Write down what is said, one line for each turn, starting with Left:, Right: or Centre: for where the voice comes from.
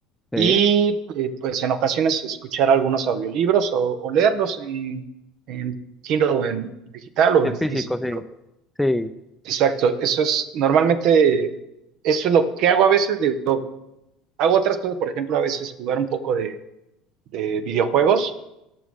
Centre: Sí,
Right: y eh, pues en ocasiones escuchar algunos audiolibros o, o leerlos en, en Kindle, en digital o
Centre: en
Right: en físico.
Centre: físico, sí, sí,
Right: Exacto, eso es normalmente, eso es lo que hago a veces, digo, hago otras cosas, por ejemplo, a veces jugar un poco de, de videojuegos,